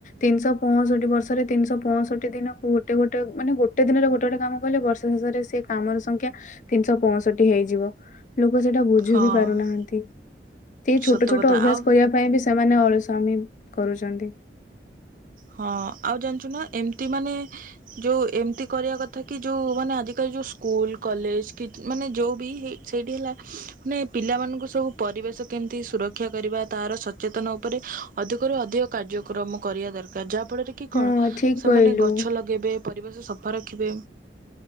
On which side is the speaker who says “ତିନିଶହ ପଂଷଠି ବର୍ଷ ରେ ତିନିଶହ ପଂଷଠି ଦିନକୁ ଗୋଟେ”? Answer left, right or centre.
Left